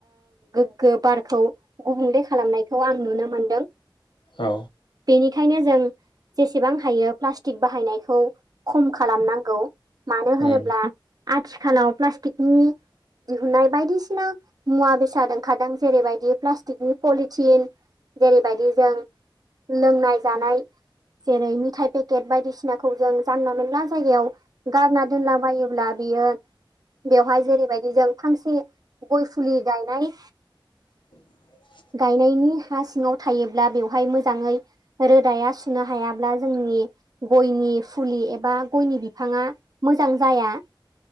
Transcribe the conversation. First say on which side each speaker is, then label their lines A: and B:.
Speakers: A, on the right; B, on the left.
A: गोग्गो बारखौ गुबुंले खालामनायखौ आं नुनो मोनदों
B: औ
A: बेनिखायनो जों जेसेबां हायो प्लास्टिक बाहायनायखौ खम खालामनांगौ मानो
B: उम
A: होनोब्ला आथिखालाव प्लास्टिकनि दिहुननाय बायदिसिना मुवा बेसाद ओंखारदों जेरैबायदि प्लास्टिकनि पलिथिन जेरैबायदि जों लोंनाय जानाय जेरै मिथाय पेकेट बायदिसिनाखौ जों जानला मोनला जायगायाव गानना दोनलाबायोब्ला बियो बेवहाय जेरैबायदि जों फांसे गय फुलि गायनाय
B: <inaudible>
A: गायनायनि हा सिङाव थायोब्ला बेवहाय मोजाङै रोदाया सुनो हायाब्ला जोंनि गयनि फुलि एबा गयनि बिफाङा मोजां जाया